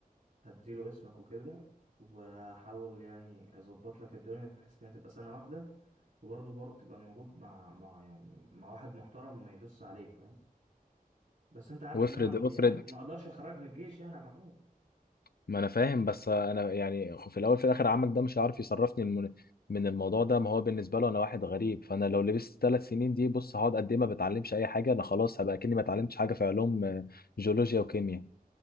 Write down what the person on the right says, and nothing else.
هديله اسمك وكده وهحاول يعني اظبط لك الدنيا بحيث انها تبقى سنه واحده وبرضه برضه تبقى موجود مع مع يعني مع واحد محترم ما يدوس عليك فاهم بس انت عارف
ان انا
يعني ما اقدرش اخرجك من الجيش يعني يا محمود